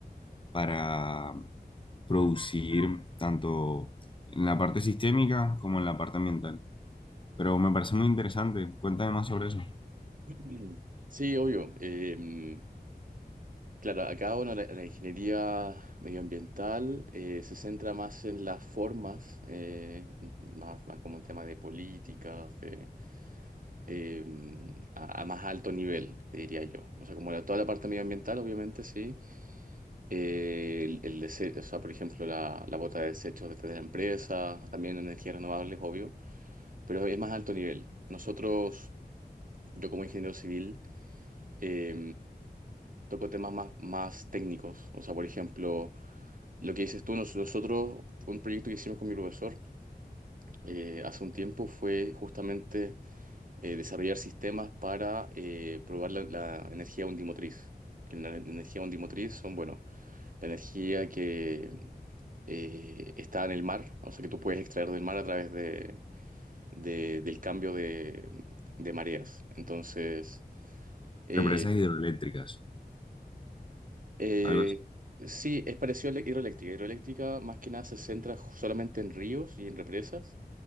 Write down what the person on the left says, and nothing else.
para producir tanto en la parte sistémica como en la parte ambiental. Pero me parece muy interesante. Cuéntame más sobre eso.
Represas hidroeléctricas,
algo así.